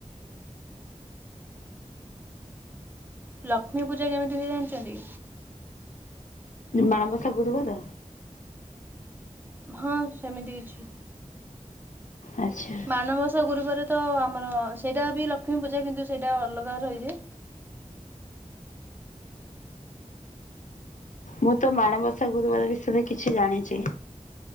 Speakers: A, on the right; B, on the left.
A: ଲକ୍ଷ୍ମୀ ପୂଜା କେମିତି ହୁଏ ଜାଣିଛନ୍ତି?
B: ମାଣବସା ଗୁରୁବାର?
A: ହଁ ସେମିତି କିଛି
B: ଆଚ୍ଛା
A: ମାଣବାସା ଗୁରୁବାର ତ ଆମର ସେଇଟାବି ଲକ୍ଷ୍ମୀ ପୂଜା କିନ୍ତୁ ସେଇଟା ଅଲଗା ରହି ଯାଏ
B: ମୁଁତ ମାଣବସା ଗୁରୁବାର ବିଷୟରେ କିଛି ଜାଣିଛି।